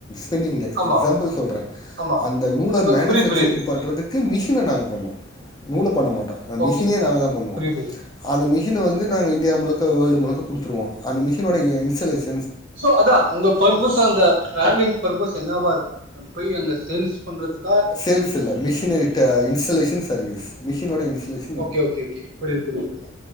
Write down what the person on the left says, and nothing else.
பெண்டிங்ல இருக்கு
எக்ஸாம்பிள்
சொல்றே
அந்த நூல
மேனுஃபேக்சரிங்
பண்றது க்கு மிஷின நாங்க பண்ணுவோ நூல பண்ண மாட்டோ அந்த
மிஷினே நாங்கதா பண்ணுவோ
அந்த மிஷின வந்து
நாங்க இந்தியா முழுக்க வேர்ல்டு முழுக்க குடுத்துருவோ அந்த மிஷினோட இன்ஸலேஷ
சேல்ஸ் இல்ல மிஷின் இட்ட இன்ஸ்டலேஷன் சர்வீஸ் மிஷினோட இன்ஸ்லேஷன்